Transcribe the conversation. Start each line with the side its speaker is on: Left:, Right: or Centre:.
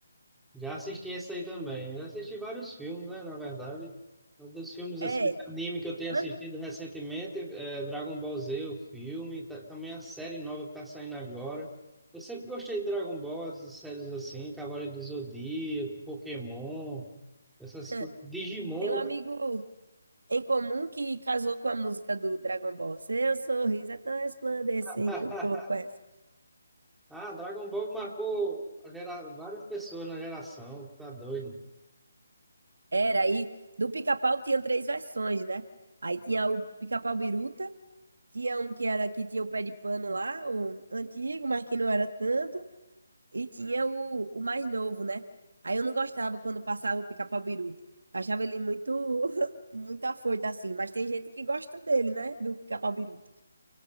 Centre: Já assisti esse aí também. Já assisti vários filmes, né? Na verdade, É um dos filmes
Right: É,
Centre: assim, de anime que eu tenho
Right: an-
Centre: assistido recentemente é Dragon Ball Z, o filme, tá- também a série nova que tá saindo agora. Eu sempre gostei de Dragon Ball, essas séries assim, Cavaleiro do Zodíaco, Pokémon, essas
Right: <laughs>
Centre: coisas, Digimon.
Right: tem um amigo
Centre: né?
Right: em comum que casou com a música do Dragon Ball. Seu sorriso é tão resplandecente,
Centre: <laughs>
Right: ele colocou essa.
Centre: Ah, Dragon Ball marcou a gera- várias pessoas na geração, tá doido.
Right: Era aí, do Pica-Pau tinha três versões, né? Aí tinha o Pica-Pau Biruta, tinha um que era que tinha o pé de pano lá, o antigo, mas que não era tanto. E tinha o, o mais novo, né? Aí eu não gostava quando passava o pica-pau biruta. Eu achava ele muito, <laughs> muito afoito, assim. Mas tem gente que gosta dele, né? Do pica-pau biruta.